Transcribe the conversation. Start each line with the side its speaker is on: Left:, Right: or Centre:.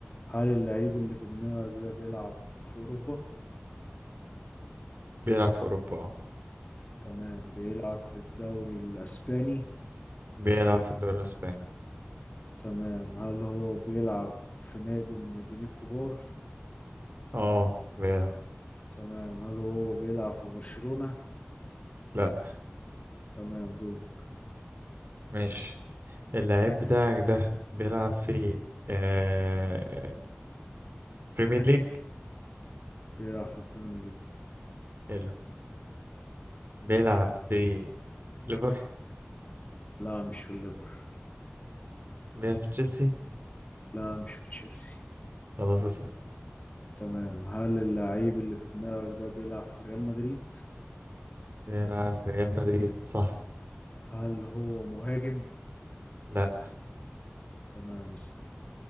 Left: هل اللعيب اللي في دماغك ده بيلعب في اوروبا
Right: بيلعب في أوروبا اه
Left: تمام بيلعب في الدوري الاسباني
Right: بيلعب في الدوري الأسباني
Left: تمام هل هو بيلعب في نادي من الناديين الكبار
Right: اه بيلعب
Left: تمام هل هو بيلعب في برشلونة
Right: لا
Left: تمام دورك
Right: ماشي اللعيب بتاعك ده بيلعب في آه بريمير ليج
Left: بيلعب في البريمير ليج
Right: حلو بيلعب في ليفر
Left: لا مش في الليفر
Right: بيلعب في تشيلسي
Left: لا مش في تشيلسي
Right: خلاص اسأل
Left: تمام هل اللعيب اللي في دماغك ده بيلعب في ريال مدريد؟
Right: بيلعب في ريال مدريد صح
Left: هل هو مهاجم؟
Right: لا
Left: تمام اسأل